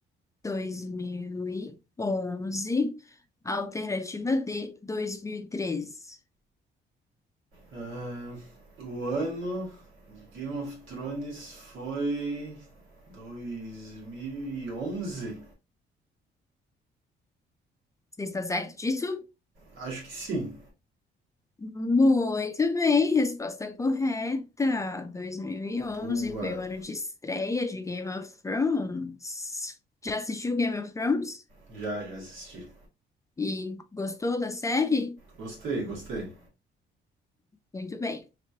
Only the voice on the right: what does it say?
Ah, o ano de Game of Thrones foi 2011.
Acho que sim.
Boa.
Já, já assisti.
Gostei, gostei.